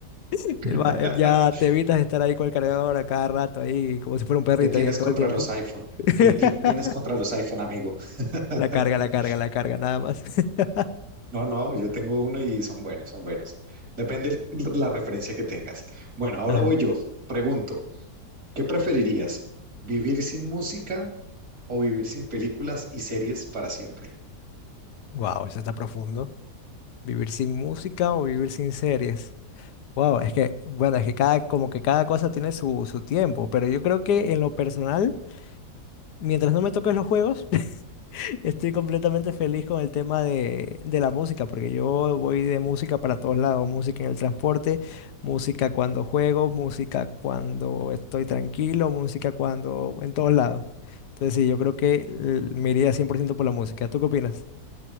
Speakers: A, on the left; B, on the right.
A: <laughs> Y
B: <laughs>
A: va- eh, Ya te evitas estar ahí con el cargador a cada rato, ahí como si fuera un perrito
B: ¿Qué tienes
A: ahí todo
B: contra
A: el tiempo.
B: los iPhone?
A: <laughs>
B: ¿Qué ti- tienes contra los iPhone, amigo? <laughs>
A: La carga, la carga, la carga, nada más. <laughs>
B: No, no, yo tengo uno y son buenos, son buenos. Depende el- la referencia que tengas. Bueno, ahora
A: Ajá.
B: voy yo. Pregunto, ¿qué preferirías? ¿Vivir sin música o vivir sin películas y series para siempre?
A: Wow, eso está profundo. ¿Vivir sin música o vivir sin series? Wow, es que, bueno, es que cada, como que cada cosa tiene su, su tiempo, pero yo creo que en lo personal, mientras no me toques los juegos, <laughs> estoy completamente feliz con el tema de, de la música, porque yo voy de música para todos lados, música en el transporte, música cuando juego, música cuando estoy tranquilo, música cuando, en todos lados. Entonces sí, yo creo que eh, me iría cien por ciento por la música. ¿Tú qué opinas?